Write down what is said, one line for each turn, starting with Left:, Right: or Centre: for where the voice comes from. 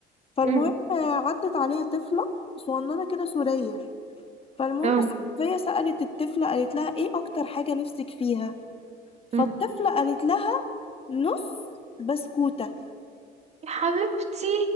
Left: فالمهم
Right: مم.
Left: عدت عليها طفلة صغننة كده سورية فالمهم
Right: اه
Left: الصحفية سألت الطفلة قالت لها إيه أكتر حاجة نفسك فيها فالطفلة
Right: مم.
Left: قالت لها نص بسكوتة
Right: يا حبيبتي